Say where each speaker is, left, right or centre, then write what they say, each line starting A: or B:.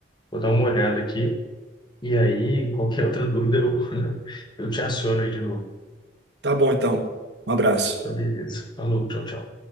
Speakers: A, on the left (about 25°); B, on the right (about 75°).
A: vou dar uma olhada aqui. E aí, qualquer outra <laughs> dúvida, eu, eu te aciono aí de novo.
B: Tá bom, então. Um abraço.
A: Tá, beleza. Falou, tchau, tchau.